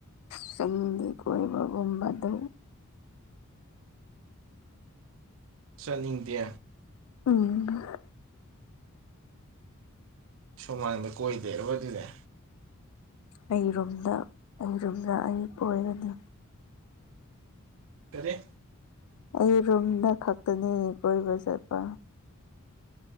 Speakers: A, on the left; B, on the right.
A: ꯆꯤꯡꯒꯤ ꯀꯣꯏꯕꯒꯨꯝꯕ ꯑꯗꯨ
B: ꯆꯠꯅꯤꯡꯗꯦ
A: ꯎꯝ <unintelligible> <inaudible>
B: ꯁꯨꯃꯥꯡꯗ ꯀꯣꯏꯗꯦꯔꯕ ꯑꯗꯨꯅꯦ
A: ꯑꯩꯔꯨꯝꯗ ꯑꯩꯔꯨꯝꯝꯗ ꯑꯩ ꯑꯣꯏꯒꯅꯤ
B: ꯀꯔꯤꯦ
A: ꯑꯩ ꯔꯨꯝꯗ ꯈꯛꯇꯅꯤ ꯀꯣꯏꯕ ꯆꯠꯄ